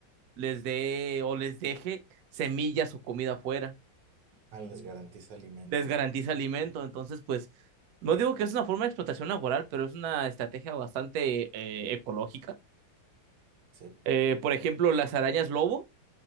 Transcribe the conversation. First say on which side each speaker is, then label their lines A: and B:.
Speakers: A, on the right; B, on the right.
A: les dé o les deje semillas o comida afuera,
B: Ah, les garantiza alimento.
A: les garantiza alimento. Entonces, pues, no digo que es una forma de explotación laboral, pero es una estrategia bastante eh, ecológica.
B: Sí.
A: Eh, por ejemplo, las arañas lobo